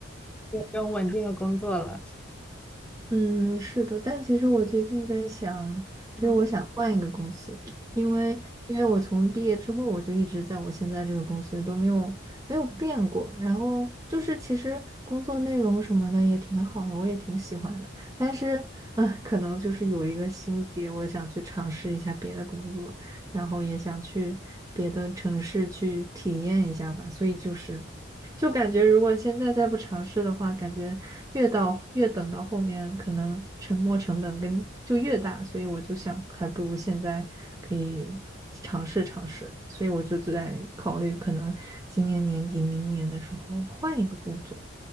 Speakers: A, in the centre; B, on the right.
A: 有这种稳定的工作了。
B: 嗯，是的，但其实我最近在想，其实我想换一个公司，
A: 嗯
B: 因为因为我从毕业之后，我就一直在我现在这个公司都没有没有变过，然后就是其实工作内容什么的也挺好的，我也挺喜欢的，但是嗯，呃可能就是有一个心结，我想去尝试一下别的工作，然后也想去别的城市去体验一下吧，所以就是。就感觉如果现在再不尝试的话，感觉越到越等到后面，可能沉没成本跟就越大，所以我就想，还不如现在可以尝试尝试，所以我就在考虑，可能今年年底、明年的时候换一个工作。